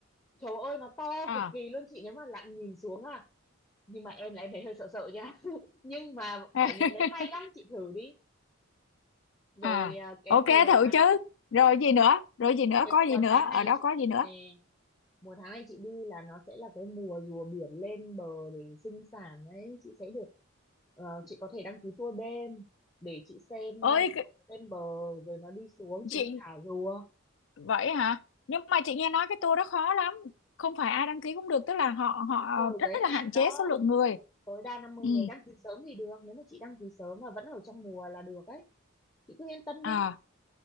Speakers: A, on the left; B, on the left.
A: Trời ơi nó to
B: à
A: cực kỳ luôn chị nếu mà lặn nhìn xuống à nhưng mà em là em thấy hơi sợ sợ nha <laughs> nhưng mà
B: <laughs>
A: trải nghiệm đấy hay lắm chị thử đi rồi
B: à
A: à, cái
B: ok
A: mùa
B: thử
A: tháng
B: chứ rồi gì nữa rồi gì nữa
A: cái
B: có
A: mùa
B: gì nữa
A: tháng này
B: ở đó
A: chị
B: có
A: đi
B: gì nữa
A: nè mùa tháng này chị đi là nó sẽ là cái mùa rùa biển lên bờ để sinh sản đấy chị sẽ được ờ, chị có thể đăng ký tour đêm để chị xem
B: ơi
A: ờ, rùa
B: cái-
A: nó lên bờ rồi nó đi xuống
B: chị
A: chị đi thả rùa
B: vậy hả nhưng mà chị nghe nói cái tour đó khó lắm không phải ai đăng ký cũng được tức là họ họ
A: đúng rồi
B: rất
A: giới
B: là
A: hạn
B: hạn chế
A: đó
B: số lượng người
A: tối đa năm mươi
B: ừ
A: người đăng ký sớm thì được nếu mà chị đăng ký sớm và vẫn ở trong mùa là được ấy chị cứ yên tâm
B: à
A: đi